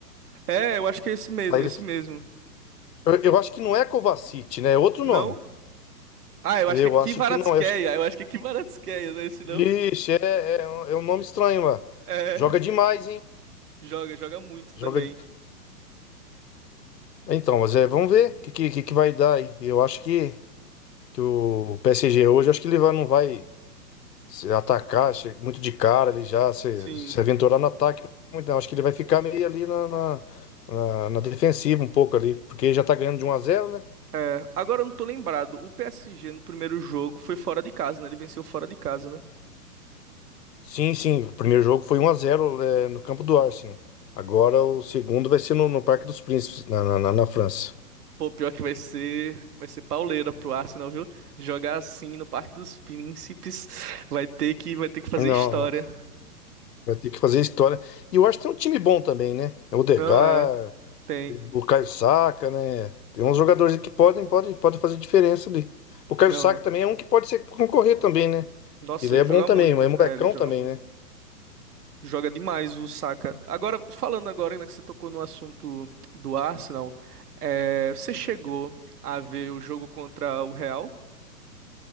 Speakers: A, on the right (about 70°); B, on the left (about 85°).
A: É, eu acho que é esse mesmo,
B: Aí
A: esse
B: ele,
A: mesmo.
B: eu, eu acho que não é Kovacic, né? É outro
A: Não?
B: nome.
A: Ah, eu
B: Eu
A: acho que é Kvaratskhelia.
B: acho que não. Eu acho,
A: Eu acho que é Kvaratskhelia, não é esse não?
B: ixi, é, é, um é um nome estranho lá.
A: É.
B: Joga demais, hein?
A: Joga, joga muito
B: Joga.
A: também.
B: Então, mas é, vamos ver o que, que, que que vai dar aí. Eu acho que, que o PSG hoje, acho que ele vai, não vai. Se atacar, che- muito de cara ali já, se,
A: Sim.
B: se aventurar no ataque, muito não. Acho que ele vai ficar meio ali na, na, na- na defensiva um pouco ali, porque já tá ganhando de um a zero né?
A: É. Agora eu não tô lembrado. O PSG no primeiro jogo foi fora de casa, né? Ele venceu fora de casa, né?
B: Sim, sim, o primeiro jogo foi um a zero é, no campo do Arsenal. Agora o segundo vai ser no, no Parque dos Príncipes, na, na, na- na França.
A: Pô, pior que vai ser, vai ser pauleira pro Arsenal, viu? Jogar assim no Parque dos Príncipes <laughs> vai ter que, vai ter que fazer
B: Não,
A: história.
B: vai ter que fazer história. E eu acho que tem um time bom também, né? O Odegaard,
A: Não é, tem.
B: O Caio Saka, né? Tem uns jogadores aí que podem, podem, podem fazer diferença ali. O Caio
A: Não
B: Saka
A: é.
B: também é um que pode ser concorrer também, né?
A: Nossa,
B: Que ele
A: ele
B: é
A: joga
B: bom também,
A: muito.
B: mas é molecão
A: É, ele joga
B: também,
A: muito.
B: né?
A: Joga demais o Saka. Agora, falando agora, né, que você tocou no assunto do Arsenal, é, você chegou a ver o jogo contra o Real?